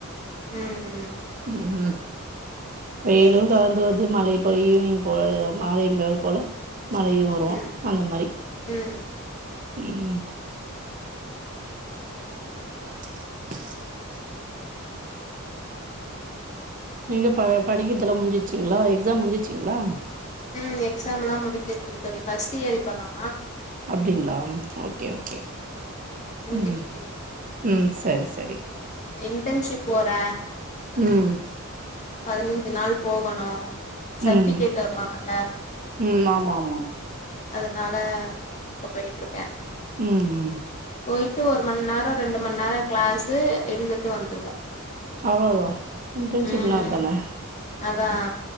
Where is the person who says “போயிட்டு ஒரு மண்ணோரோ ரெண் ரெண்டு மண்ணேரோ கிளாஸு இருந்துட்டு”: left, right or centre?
Left